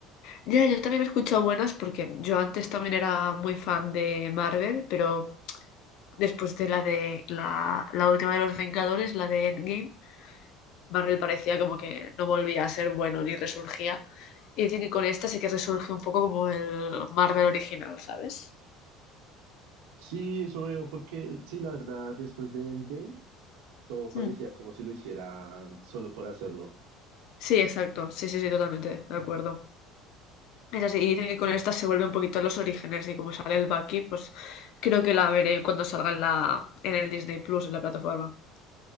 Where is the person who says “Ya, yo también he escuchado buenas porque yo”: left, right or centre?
Left